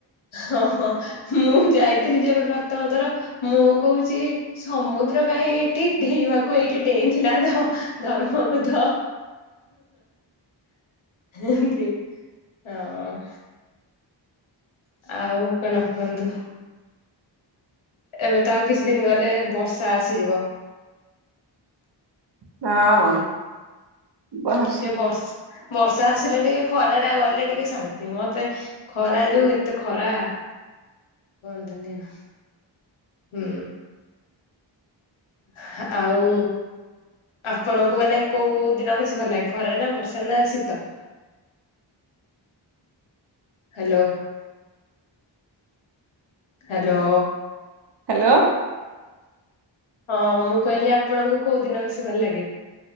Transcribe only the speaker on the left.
ହଁ ହଁ ମୁଁ ଯାଇଥିଲି ଯେବେ ପ୍ରଥମଥର ମୁଁ କହୁଚି। ସମୁଦ୍ର କାଇଁ ଏଇଠି ଡେଇଁବାକୁ ଏଇଠି ଡେଇଁଥିଲା ତ। ଧର୍ମପଦ ଏମତି। ହଁ। ଆଉ କଣ କହନ୍ତୁ? ଏବେ ତ ଆଉ କିଛିଦିନ ଗଲେ ବର୍ଷା ଆସିଯିବ।
ଟିକେ ବର୍ଷ ବର୍ଷା ଆସିଲେ ଟିକେ ଖରାଟା ଗଲେ ଟିକେ ଶାନ୍ତି ମତେ। ଖରା ଯୋଉ ଏତେ ଖରା କୁହନ୍ତୁନି ଆଉ। ହୁଁ। ହା ଆଉ ଆପଣଙ୍କୁ ମାନେ କୋଉଦିନ ବେଶୀ ଭଲ ଲାଗେ ଖରା ନା ବର୍ଷା ନା ଶୀତ? ହାଲୋ। ହାଲୋ।
ହଁ ମୁଁ କହିଲି ଆପଣଙ୍କୁ କୋଉଦିନ ବେଶୀ ଭଲ ଲାଗେ?